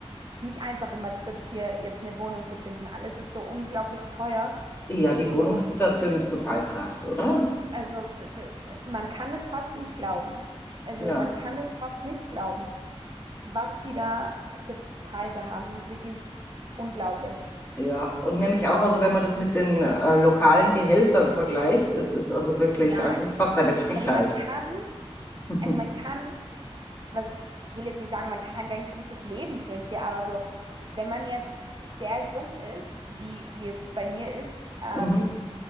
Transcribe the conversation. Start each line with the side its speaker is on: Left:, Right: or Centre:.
Right: ist nicht einfach in Madrid hier jetzt eine Wohnung zu finden. Alles ist so unglaublich teuer
Left: Ja, die Wohnungssituation
Right: und
Left: ist total krass, oder?
Right: also d- d- man kann es fast nicht glauben. Also
Left: Ja,
Right: man kann es fast nicht glauben, was sie da für Preise haben. Das ist wirklich unglaublich.
Left: ja. Und nämlich auch, also wenn man das mit den äh, lokalen Gehältern vergleicht, es ist also wirklich
Right: Ja,
Left: eigentlich fast eine Frechheit.
Right: also man kann
Left: <laughs>
Right: Also man kann, was, ich will jetzt nicht sagen, man kann kein gutes Leben führen hier, aber so, wenn man jetzt sehr jung ist, wie, wie es bei mir ist, ähm,
Left: Mhm.